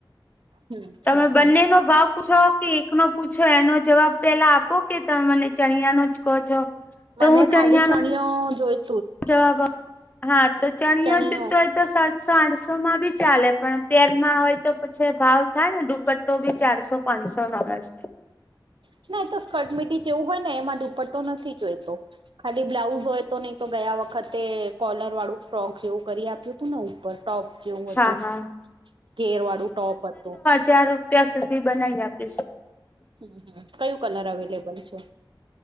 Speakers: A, on the right; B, on the left.
A: હમ
B: તમે
A: હમ
B: બંને
A: હમ
B: નો ભાવ પૂછો કે એકનો? પૂછો એનો જવાબ પેલા આપો કે તમે મને ચણિયા નો જ કહો છો?
A: મને
B: તો હું ચણિયાનો
A: ખાલી ચણઓ જોઈ
B: જવાબ હા તો જાણી્યોજ
A: ચણિયો
B: તો તો સાતસો આઠસો માં ભી ચાલે પણ પેરમાં હોય તો પછી ભાવ થાય ને ડુપ તો બી ચારસો પાંચસો ન.
A: હ ના તો સ્કર્ટ મીટી જેવું હોય ને એમાં દુપટ્ટો નથી જોઈતો. ખાલી બ્લાઉઝ હોય તો નહી તો ગયા વખતે કોલર વાળું ફ્રોક જેવું કરી આપ્યું હતું ને ઉપર. ટોપ જેવું
B: હા
A: હતું,
B: હા
A: કેર વાળું ટોપ હતું.
B: જાર ત્યાં સુધી બનાવી આપી છે.
A: હમ હમ કયું કલર અવેલેબલ છે.